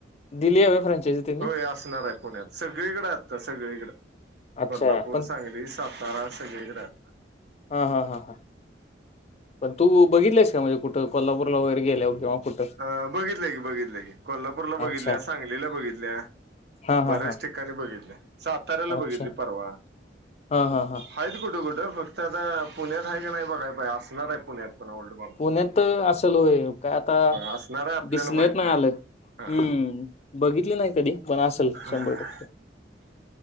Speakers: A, on the left; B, on the right.
A: दिली हवे फ्रँचायझी त्यांनी
B: होय असणार आहे पुण्यात, सगळीकडें आता सगळीकडे.
A: अच्छा.
B: कोल्हापूर,
A: पण
B: सांगली, सातारा, सगळीकडे आता.
A: हा हा हा! पण तू बघितलयस का म्हणजे कुठं कोल्हापूर ला वगैरे गेल्यावर किंवा <unintelligible>
B: अ बघितलं की बघितलं की कोल्हापूरला बघितल्या,
A: अच्छा
B: सांगलीला बघितल्या,
A: हा
B: बऱ्याच
A: हा हा
B: ठिक कानी बघितल्या साताऱ्याला
A: अच्छा
B: बघितली परवा.
A: हा हा हा
B: आहेत कुठं कुठं फक्त आता पुण्यात आहे की नाही बघाय पाय असणार आहे पुण्यात पण ओल्ड बॉम्ब.
A: पुण्यात असल होय काय आता
B: असणार आहे आपल्याला
A: दिसण्यात
B: माहित
A: नाही आलं हूं.
B: नाही
A: बघितल नाही कधी पण असल
B: हा
A: शंभर टक्के.